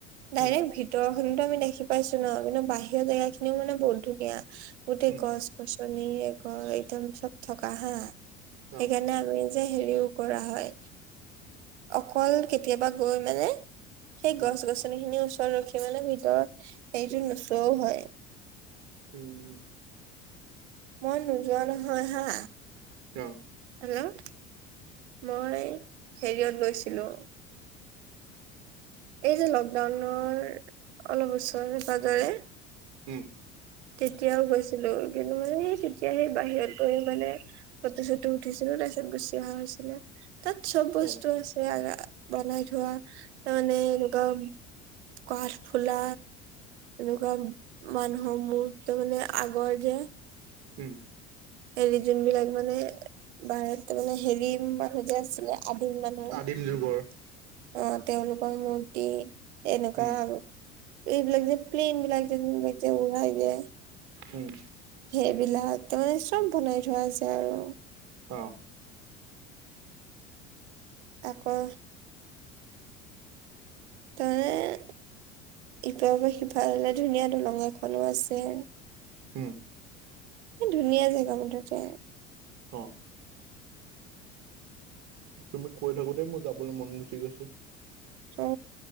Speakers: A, on the right; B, on the right.
A: ডাইৰেক্ট
B: উম,
A: ভি- তৰ খিনিতো আমি দেখি পাইছো ন কিন্তু বাহিৰৰ জেগা খিনিও মানে বহুত ধুনীয়া গোটেই
B: উম,
A: গছ- গছনিৰে গৈ একদম চব থকা হাঁ। সেইকাৰণে
B: অ',
A: আমি যে হেৰিও- কৰা হয় অকল কেতিয়াবা গৈ মানে, সেই
B: উম,
A: গছ গছনি- গছনি খিনি ওচৰত ৰখি মা।।। নে ভিতৰত সেইটো নোচোৱাও হয়
B: উম উম
A: মই নোযোৱা নহয় হা।
B: অ',
A: হেল্ল' মই হেৰিয়ত গৈছিলোঁ। এই যে লকডাউনৰ অলপ ওচৰে পাজৰে-
B: উম
A: তেতিয়াও গৈছিলো কিন্তু মানে সেই তেতিয়া সেই বাহিৰত গৈ মানে ফটো চটো। উঠিছিলো তাৰপিছত গুচি অহা হৈছিলে, তাত চব বস্তু
B: অ',
A: আছে। বনাই থোৱা তাৰ মানে এনেকুৱা- কাঠফুলা এনেকুৱা মানুহৰ- মোৰ ত মানে আগৰ যে-
B: উম
A: হেৰি যোনবিলাক মানে বাৰ তাৰ মানে হেৰি মানুহ যে আছিলে। আদিম মানুহ,
B: আদিম যুগৰ
A: অ তেওঁলোকৰ মূৰ্তি- এনেকুৱা
B: উম,
A: আৰু এইবিলাক যে প্লেইন বিলাক <unintelligible> উলাই যে।
B: উম,
A: সেইবিলাকতে চব বনাই থোৱা আছে আৰু।
B: অহঁ
A: তাকে। তেওঁৱে ইপাৰ পা সিফালেলে ধুনীয়া দলং এখনো আছে।
B: উম,
A: এ ধুনীয়া জেগা মুঠতে।
B: অহ', তুমি কৈ থাকোঁতে মোৰ যাবলে মন গুচি গৈছে।
A: অ,